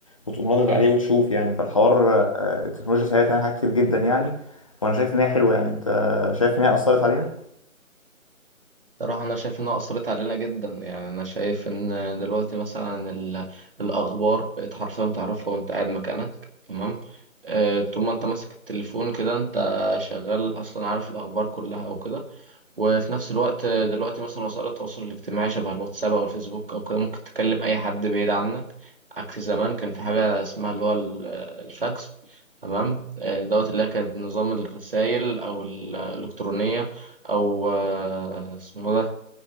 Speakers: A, on the left; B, on the right.
A: وتقوم ردد
B: مم.
A: عليه وتشوف يعني فالحوار آه، التكنولوجيا ساعدتنا على حاجات كتير جدا يعني وانا شايف ان هي حلوه يعني انت شايف ان هي اثرت علينا
B: صراحة أنا شايف إنها أثرت علينا جدا يعني أنا شايف إن دلوقتي مثلا ال- الأخبار بقت حرفيا تعرفها وأنت قاعد مكانك تمام آه، طول ما أنت ماسك التليفون كده أنت شغال أصلا عارف الأخبار كلها أو كده وفي نفس الوقت آه، دلوقتي مثلا وسائل التواصل الاجتماعي شبه الواتساب او الفيسبوك او كده ممكن تكلم اي حد بعيد عنك عكس زمان كان في حاجه اسمها اللي هو ال- آه، الفاكس تمام آه، دوت اللي هي كانت نظام الرسائل او ال- الالكترونيه او آه، اسمه ده